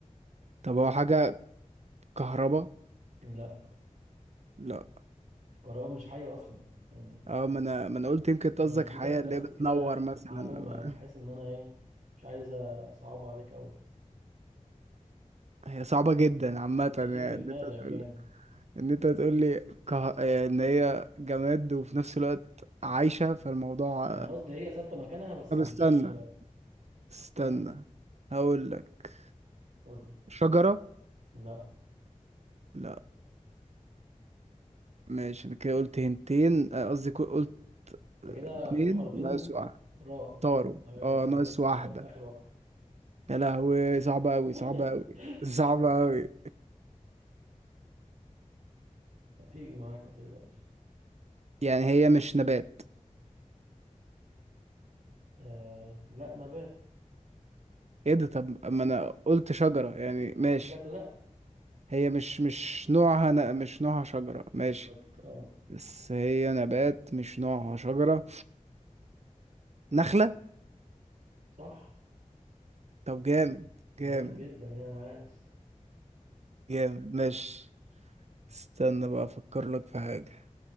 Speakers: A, on the right; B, on the right.
A: طب هو حاجة كهربا
B: لا
A: لا
B: الكهرباء مش حية اصلا يعني
A: اه ما انا ما انا قلت يمكن أنت
B: انا
A: قصدك
B: اديتك
A: حياة
B: بس
A: اللي هي بتنور
B: كده انا
A: مثلا
B: معلومة
A: ولا
B: بحيث
A: إيه؟
B: ان انا ايه مش عايز اصعب عليك قوي
A: هي صعبة جدا عامة
B: مش
A: يعني
B: هتيجي في دماغك
A: ان انت تقول
B: يعني
A: ان انت تقول لي كه... ان هي جماد وفي نفس الوقت عايشة فالموضوع
B: يعني قصدي هي ثابتة مكانها بس
A: طب
B: مش
A: استنى استنى
B: فاهم
A: هقول لك
B: قول لي
A: شجرة
B: لا
A: لا ماشي انا كده قلت هنتين آه، قصدي كو- قلت
B: انت كده
A: اتنين
B: في محاولتين
A: ناقص واحد
B: را
A: طاروا
B: ضايعين
A: اه
B: أوي.
A: ناقص واحدة
B: فاضلك اخر واحد
A: يا لهوي صعبة اوي
B: <laughs>
A: صعبة اوي صعبة اوي
B: هتيجي معاك ما تقلقش
A: يعني هي مش نبات
B: آه لا نبات
A: ايه ده طب ما انا قلت شجرة يعني
B: ما انا
A: ماشي
B: قلت لك لا
A: هي مش مش نوعها ن... مش نوعها شجرة ماشي
B: بالظبط اه
A: بس هي نبات مش نوعها شجرة نخلة
B: صح
A: طب جامد جامد
B: جامد جدا يعني عاس
A: جامد ماشي استنى بقى افكر لك في حاجة